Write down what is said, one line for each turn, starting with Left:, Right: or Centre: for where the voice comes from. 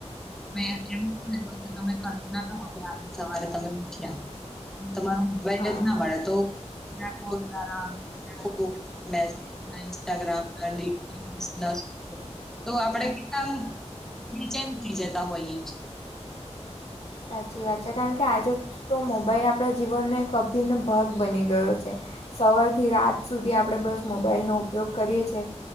Centre: તમે એમ કોને તો કે તમે કલ્પના કરો કે આજે સવારે તમે ઉઠ્યા તમારું વેલ્ડ
Left: હા
Centre: જ ન મળે તો નાખો ના રામ ખોટુ મે <inaudible> ઈન્સ્ટ્રાગ્રામ લી <inaudible> નસ તો આપડે કેટલા બીચેન થઈ જતા હોયએ છે.
Left: સાચી વાત છે, કારણ કે આજે તો મોબાઈલ આપણા જીવનનો એક અભિન્ન ભાગ બની ગયો છે. સવારથી રાત સુધી આપણે બસ મોબાઈલનો ઉપયોગ કરીએ છે.